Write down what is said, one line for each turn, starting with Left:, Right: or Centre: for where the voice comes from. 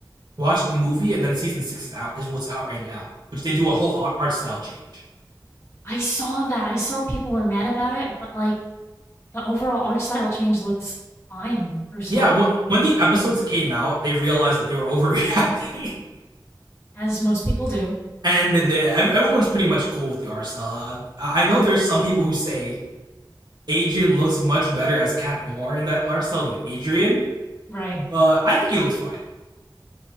Right: watch the movie, and then season six is out is what's out right now, which they do a whole art, art style change.
Left: I saw that. I saw people were mad about it, but like the overall art style change looks fine, personally,
Right: Yeah, when, when the episodes came out, they realized that they were overreacting,
Left: as most people do.
Right: <laughs> and that they, everyone's pretty much cool with the RSL. Uh, I I know there's some people who say Adrian looks much better as Cat Noir in that art style than Adrian,
Left: Right.
Right: but I think he looks fine.